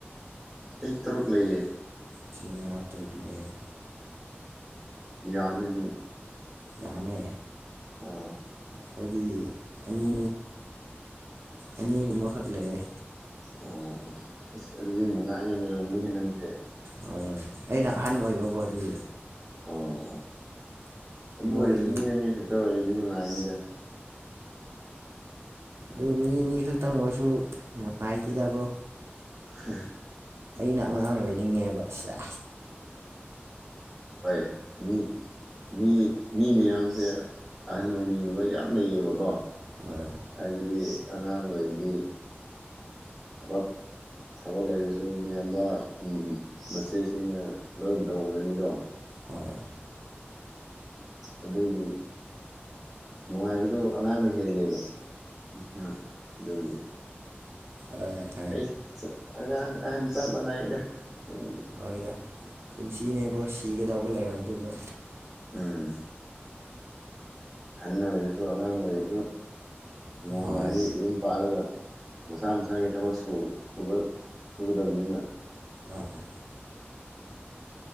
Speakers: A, in the centre; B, on the right (about 80°).
A: ꯑꯩ ꯇꯔꯨꯛ ꯂꯩꯌꯦ
B: ꯆꯃꯤꯌꯥ ꯇꯔꯨꯛ ꯂꯩꯑꯦ
A: ꯌꯥꯃꯦꯅꯤ
B: ꯌꯥꯝꯃꯦ
A: ꯑꯥ
B: ꯑꯩꯈꯣꯏꯗꯤ ꯑꯅꯤ ꯑꯅꯤꯒꯨꯝꯕꯈꯛ ꯂꯩꯌꯦ
A: ꯑꯣ ꯑꯁ ꯑꯗꯨꯗꯤ ꯅꯨꯡꯉꯥꯏꯅ ꯂꯩꯔꯝꯅꯤꯍꯦ ꯅꯪꯁꯦ
B: ꯍꯣꯏ ꯑꯩꯅ ꯑꯍꯟ ꯑꯣꯏꯕꯀꯣ ꯑꯗꯨꯒꯤ
A: ꯑꯣ ꯑꯗꯨ ꯑꯣꯏꯔꯁꯨ
B: ꯃꯣꯏ
A: ꯃꯤ ꯑꯅꯤ ꯈꯛꯇ ꯑꯣꯏꯔꯗꯤ ꯅꯨꯡꯉꯥꯏꯅꯤꯗ
B: ꯍꯣꯏ ꯑꯗꯨ ꯃꯤ ꯑꯅꯤ ꯈꯛꯇꯪ ꯑꯣꯏꯔꯁꯨ ꯅꯨꯡꯉꯥꯏꯇꯦꯗꯕ꯭ꯔꯣ
A: ꯍ
B: ꯑꯩꯅ ꯑꯉꯥꯡ ꯑꯣꯏꯅꯤꯡꯉꯦꯕ ꯁꯦꯁ
A: ꯍꯣꯏ ꯃꯤ ꯃꯤ ꯃꯤ ꯃꯌꯥꯝꯁꯦ ꯑꯍꯟ ꯑꯣꯏꯅꯤꯡꯕ ꯃꯌꯥꯝ ꯂꯩꯌꯦꯕꯀꯣ
B: ꯍꯣꯏ
A: ꯍꯥꯏꯕꯗꯤ ꯑꯉꯥꯡ ꯑꯣꯏꯔꯗꯤ ꯊꯕꯛ ꯊꯕꯛ ꯂꯩꯔꯁꯨ ꯃꯤꯌꯥꯝꯕ ꯃꯆꯦꯁꯤꯡꯅ ꯂꯣꯏ ꯇꯧꯔꯅꯤꯗꯣ
B: ꯍꯣꯏ
A: ꯑꯗꯨꯒꯤ ꯅꯨꯡꯉꯥꯏꯕꯗꯣ ꯑꯉꯥꯡꯅ ꯍꯦꯜꯂꯦꯕ ꯍꯣꯏ ꯑꯗꯨꯒꯤ
B: ꯑꯥꯏ
A: ꯑꯩ ꯑꯉꯥꯡ ꯑꯍꯟ ꯆꯞ ꯃꯥꯟꯅꯩꯗ ꯑꯩ
B: ꯍꯣꯏꯗ ꯄꯨꯟꯁꯤꯅꯦꯕꯣ ꯁꯤꯒꯗꯧꯕ ꯂꯩꯔꯕꯗꯨꯕꯣ
A: ꯎꯝ ꯑꯍꯟ ꯑꯣꯏꯔꯁꯨ ꯑꯉꯥꯡ ꯑꯣꯏꯔꯁꯨ ꯅꯣꯡꯃꯗꯤ
B: ꯍꯣꯏ
A: ꯌꯨꯝ ꯄꯥꯜꯂꯒ ꯃꯁꯥ ꯃꯁꯥꯒꯤ ꯊꯕꯛ ꯁ ꯁꯨꯕ ꯁꯨꯒꯗꯕꯅꯤꯅ
B: ꯍꯣꯏ